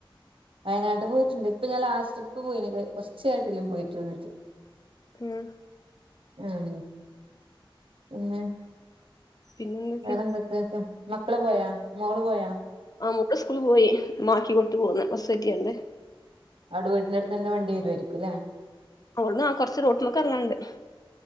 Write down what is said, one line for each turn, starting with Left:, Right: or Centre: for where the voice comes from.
Right: വയനാട്ട് പോയിട്ടുണ്ട് ഇപ്പൊ ഞാൻ ലാസ്റ്റ്ട്രിപ്പ് പോയിണത് കുറച്ചയായിട്ടൊള്ളു പോയിട്ട് വന്നിട്ട്
Left: ഉം
Right: ആഹ് പിന്നെ
Left: പിന്നെന്തൊക്കെയാ
Right: വേറെന്തൊക്കെയാ മക്കള് പോയോ മോള് പോയോ
Left: ആ മുബ് സ്കൂള് പോയി ണ്ടാക്കിക്കൊട്ത്ത് പോന്ന് ബസ്സേറ്റിക്കാണ്ട്
Right: അവടെ വീടിന്റടുത്ത് ന്നെന്നെ വണ്ടി വരുയാര്ക്കും ല്ലേ
Left: ഇവ്ട്ന്ന കൊർച്ച് റോട്ട്മ്മക്കെർങ്ങാണ്ട്